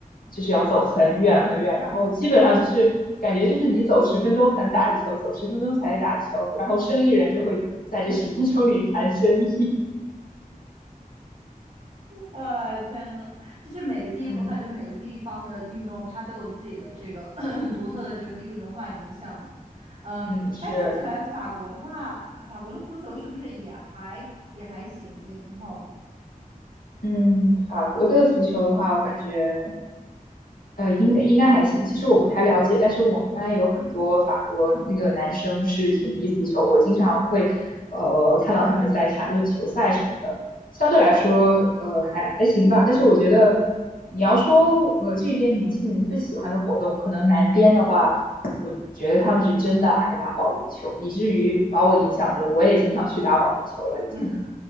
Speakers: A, on the left; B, on the right.
A: 就是要走很远很远，然后基本上就是感觉就是你走十分钟才能打一球，走十分钟才能打一球，然后生意人就会在这十分钟里谈生意。
B: 哎，天呐，就是每个地，
A: 嗯
B: 我感觉每个地方的运动，它都有自己的这个 <clears throat> 独特的这个地域文化影响的。嗯，
A: 嗯，是，
B: 哎，说起来，法国的话，法国的足球是不是也还也还行，也挺好的？
A: 嗯，法国的足球的话，我感觉。呃，应该应该还行。其实我不太了解，但是我们班有很多法国那个男生是挺迷足球，我经常会呃看到他们在谈论球赛什么的。相对来说，呃，还还行吧。但是我觉得你要说呃这边年轻人最喜欢的活动，可能南边的话，我觉得他们是真的爱打保龄球，以至于把我影响着，我也经常去打保龄球了已经。
B: <laughs> 嗯。